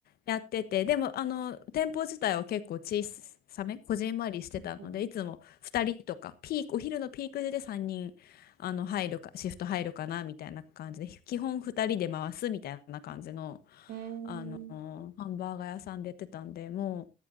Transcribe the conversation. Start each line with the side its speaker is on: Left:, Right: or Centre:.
Left: やってて、でもあの店舗自体は結構小さめ、こじんまりしてたので、
Right: うん
Left: いつも2人とか、ピーク、お昼のピーク時で3人あの入るか、シフト入るかなみたいな感じで、基本2人で回すみたいな感じの、
Right: えー、
Left: あのハンバーガー屋さんでやってたんで、も